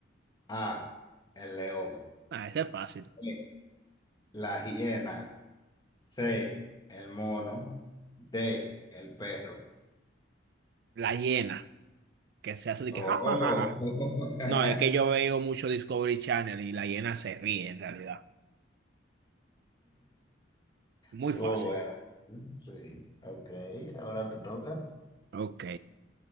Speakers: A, on the left; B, on the right.
A: A, el león.
B: ah, ese es fácil.
A: B, La hiena. C, el mono. D, el perro.
B: La hiena, que se hace de
A: Oh.
B: que ja, ja, ja, ja.
A: <laughs>
B: No, es que yo veo mucho Discovery Channel y la hiena se ríe en realidad. Muy
A: Estuvo
B: fácil.
A: buena. Sí, ok. Ahora te toca.
B: Ok.